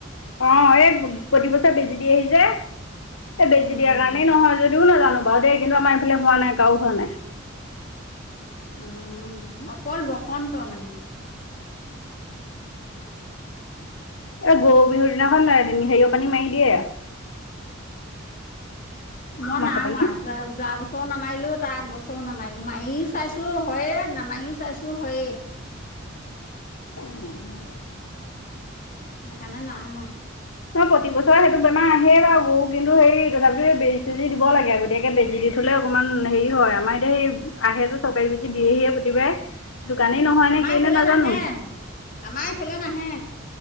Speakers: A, on the left (about 80°); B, on the left (about 45°).
A: অ এই প্ৰতিবছৰ বেজি দিয়ে হি যে এই বেজি
B: উম
A: দিয়াৰ কাৰণেই নহয় যদিও নাজানো বাৰু দেই কিন্তু আমাৰ এইফালে হোৱা নাই কাৰো হোৱা নাই।
B: উ অকল বসন্ত মানে
A: এই গৰু বিহুৰ দিনাখন ন হেৰিয় পানী মাৰি দিয়ে
B: মই
A: মাছৰ
B: নাই
A: পানী
B: মৰা যোৱা বা বছৰ বছৰ নামাৰিলোঁ তাৰ আগ বছৰো নামাৰিলোঁ মাৰিও চাইছোঁ হয়ে নামাৰিও চাইছোঁ হয়েই
A: উম উ
B: সেইকাৰণে নাইমৰা
A: নহ প্ৰতি বছৰে সেইটো বেমাৰ আহে বাৰু কিন্তু সেই তথাপিও বেজি চেজি দিব লাগে আগতিয়াকে বেজী দি থলে অকমান হেৰি হয় আমাৰ এতিয়া সেই আহে যে চৰকাৰী বুজি দিয়েহিয়ে প্ৰতিবাই দোকানেই নহয়
B: আমাৰ
A: নে কি
B: এইফালে
A: নে নাজানো
B: নাহে আমাৰ এইফালে নাহে